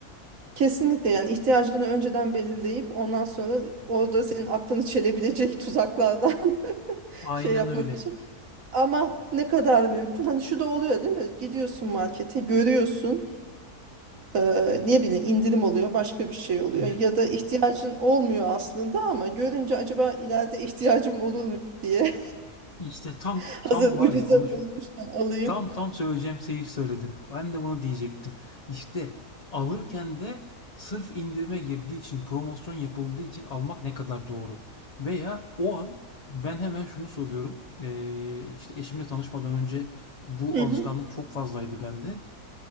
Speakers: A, on the right; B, on the left.
A: kesinlikle yani ihtiyacını önceden belirleyip ondan sonra orada senin aklını çelebilecek tuzaklardan <laughs>
B: Aynen
A: şey yapmak
B: öyle.
A: için. Ama ne kadar mümkün? Hani şu da oluyor değil mi? Gidiyorsun markete, görüyorsun, eee, ne bileyim indirim oluyor, başka bir şey oluyor.
B: Evet.
A: Ya da ihtiyacın olmuyor aslında ama görünce acaba ileride ihtiyacım olur mu diye
B: İşte tam
A: <laughs> hazır
B: tam var
A: ucuza
B: ya konuş
A: bulmuşken alayım.
B: Tam tam söyleyeceğim şeyi söyledin. Ben de bunu diyecektim. İşte alırken de sırf indirime girdiği için, promosyon yapıldığı için almak ne kadar doğru? Veya o an ben hemen şunu soruyorum. Ee, işte eşimle tanışmadan önce bu
A: Hı
B: alışkanlık
A: hı,
B: çok fazlaydı bende.